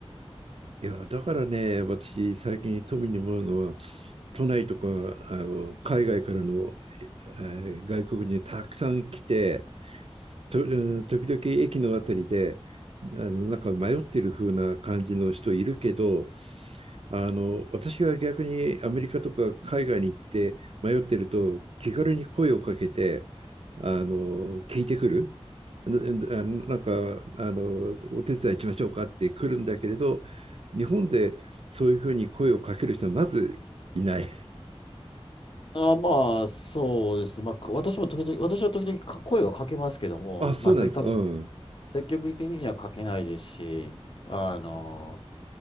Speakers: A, on the right; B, on the left.
A: いや、だからね、私、最近富に思うのは、都内とか、あの、海外からの、えー外国にたくさん来て、と、うん時々駅のあたりで、あの、なんか迷ってる風な感じの人いるけど、あの、私が逆にアメリカとか海外に行って迷ってると、気軽に声をかけて、あの、聞いてくる。な、ななんか、あの、お手伝い行きましょうかって来るんだけれど、日本でそういうふうに声をかける人はまずいない。
B: あーまあ、そうですね。まあ、私も時々、私は時々か声はかけますけども、
A: あ、そうなんです。
B: まあ、さ多分
A: うん。
B: 積極的にはかけないですし、あの